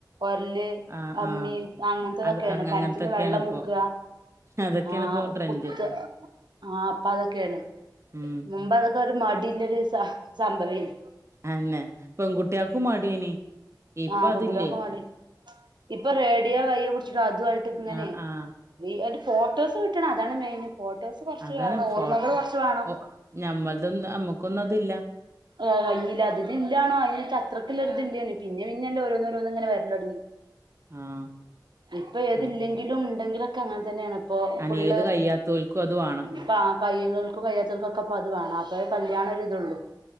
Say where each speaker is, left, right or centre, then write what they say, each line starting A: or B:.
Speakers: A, on the right; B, on the right.
A: ഒര്ല്
B: ആഹ്
A: അമ്മി
B: ആഹ്
A: അങ്ങനത്തെതൊക്കെയാണ്
B: അത് അങ്ങ
A: കണറ്റിന്ന്
B: അങ്ങനത്തൊക്കെയാണ്
A: വെള്ളം
B: ഇപ്പോ
A: മുക്കുക
B: അതൊക്കെയാണ്
A: ആഹ്
B: ഇപ്പോ ട്രെൻഡ്
A: കുത്ത് ആ അപ്പ അതൊക്കെയാണ്
B: ഉം
A: മുമ്പ് അതൊക്കെ ഒരു മടില്ല ഒരു സ സംഭവേർന്ന്
B: ആന്നെ പെൺകുട്ടിയോൾ ക്കും മടിയനി ഇപ്പ
A: ആഹ് പെൺകുട്ടികൾക്ക്
B: അതില്ലേ
A: മടി ഇപ്പൊ റേഡിയോ കയ്യിൽ പിടിച്ചിട്ടോ അതുവായിട്ടിങ്ങനെ
B: ആഹ് ആഹ്
A: ഹെയ് ഒരു ഫോട്ടോസ് കിട്ടണം അതാണ് മെയിന് ഫോട്ടോസ് കൊറച്ച്
B: അതാണ്
A: വേണം ഓർമ്മകൾ
B: ഫോട്ടോ
A: കൊറച്ച് വേണം
B: ഓ ഞമ്മൾതൊന്നും നമ്മക്കൊന്നും അതില്ല
A: ആ കയില്ല അതിന് ഇല്ല ന്ന അത്രക്കല്ല ഒ ഇല്ലാണ് പിന്നെ പിന്നെല്ല ഓരോന്നങ്ങനെ വരല്ലോടങ്ങി
B: ആഹ്
A: ഇപ്പൊ ഏതില്ലെങ്കിലും
B: ആഹ്
A: ണ്ടെങ്കിലൊക്കെ അങ്ങനെ തന്നെയാണ് പ്പൊ
B: അനേത്
A: ഫുള്ള്
B: കഴിയാത്തോൽക്കും അത് വാണം
A: പ്പാ കയുന്നോൽക്കും കയ്യാതോൽ ക്കൊക്കെ പ്പോ അത് വേണം അപ്പ കല്യാണ ഒരിതള്ളൂ